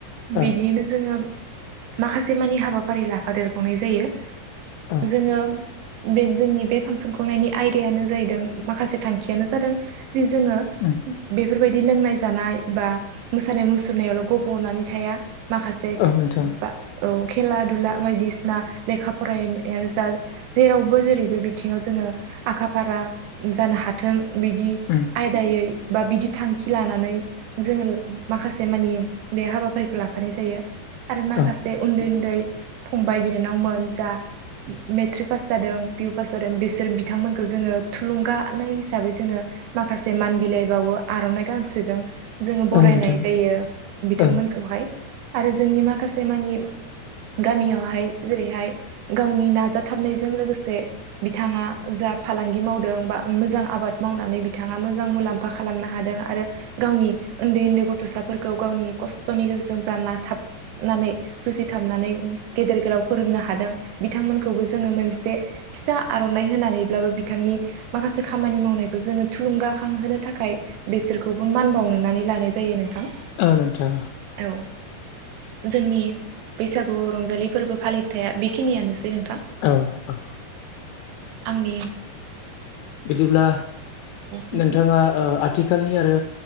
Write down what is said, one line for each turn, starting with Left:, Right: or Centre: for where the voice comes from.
Right: बिदियैनो
Left: औ
Right: जोङो माखासे मानि हाबाफारि लाफादेरबावनाय जायो
Left: औ
Right: जोङो बे जोंनि बे फांसन खुंनायनि आयदायानो जाहैदों माखासे थांखियानो जादों जि जोङो
Left: उम
Right: बे बिदि लोंनाय जानाय बा मोसानाय मुसुरनायावल' गब'नानै थाया माखासे
Left: औ नोंथां
Right: बा औ खेला दुला बायदिसिना लेखा फरायनायानो जा जेरावबो जेरै बे बिथिङाव जोङो आखा फारा जानो हाथों बिदि
Left: उम
Right: आयदायै बा बिदि थांखि लानानै जोङो माखासे मानि बे हाबाफारिखौ लाफानाय जायो आरो माखासे
Left: औ
Right: उन्दै उन्दै फंबाय बिनानावमोन जा मेट्रिक पास जादों पि इउ पास जादों बेसोर बिथांमोनखौ जोङो थुलुंगानाय हिसाबै जोङो माखासे मान बिलाइ बावो आर'नाइ गांसेजों जोङो बरायनाय
Left: औ नोंथां
Right: जायो बिथांमोनखौहाय
Left: औ
Right: आरो जोंनि माखासे मानि गामियावहाय जेरैहाय गावनि नाजाथाबनायजों लोगोसे बिथाङा जा फालांगि मावदों बा मोजां आबाद मावनानै बिथाङा मोजां मुलाम्फा खालामनो हाद दों आरो गावनि उन्दै उन्दै गथ'साफोरखौ गावनि खस्थ'नि गेजेरजों जा नाथाबनानै ए जुसिथाबनानै गेदेर गोलाव फोरोंनो हादों बिथांमोनखौबो जोङो मोनसे फिसा आर'नाइ होनानैब्लाबो बिथांनि माखासे खामानि मावनायखौ जोङो थुलुंगाखांहोनो थाखाय बेसोरखौबो मान बावनानै लानाय जायो नों थां
Left: औ नोंथां
Right: औ जोंनि बैसागु रंजालि फोरबो फालिथाया बेखिनियानोसै नोंथां
Left: औ-औ
Right: आंनि औ
Left: बिदिब्ला
Right: नोंथां
Left: नोंथाङा ओ आथिखालनि आरो